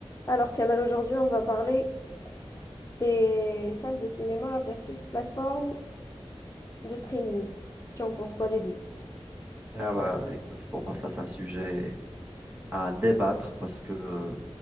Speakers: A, on the left; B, on the right.
A: Alors, Kamal, aujourd'hui, on va parler des salles de cinéma versus plateformes de streaming. Tu en penses quoi des deux?
B: Ah bah, écoute, pour moi, ça, c'est un sujet à débattre parce que